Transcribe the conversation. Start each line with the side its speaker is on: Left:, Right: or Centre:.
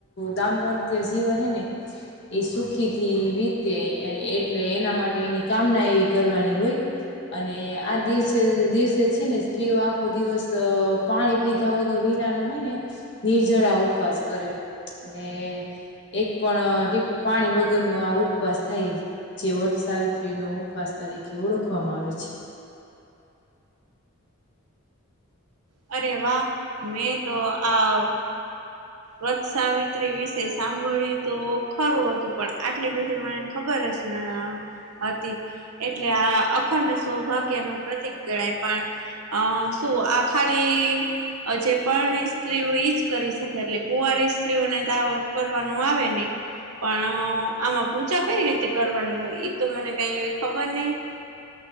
Left: ગામ પ્રત્યે જીવાન હું જેને જજીને એ સુખીથી વીતે એટલે એના માટે એની કામના એવી કરવાની હોય અને આ દિવસે દિવસે છે, ને સ્ત્રીઓ આખો દિવસ પાણી પીધા વગર ને નિર્જળ ઉપવાસ કરીન ત્યાર બાદ બીજો પણ ટીપુ પાણી વગર નું આ ઉપવાસ થાય જે વર્ત સાવિત્રીનો ઉપવાસ તરીકે ઓળખવામાં આવે છે.
Right: અરે વાહ મેં તો આ વત સાવિત્રી વિશે સાંભળ્યું તો ખરું હતું પણ આટલી બધી મનેને ખબર <unintelligible> હતી એટલે આ અખંડ સૌભાગ્ય નું પ્રતિક ગણાય પણ અ શું આ ખાલી જે પરણી સ્ત્રીઓ ઈજ કરી શકે એટલે કુવારી સ્ત્રીઓને તાવત કરવાનું આવે ને પણ આમાં પૂજા કઈ રીતે કરવાની હોય એ તો મને કઈ એવી ખબર નહી <inaudible>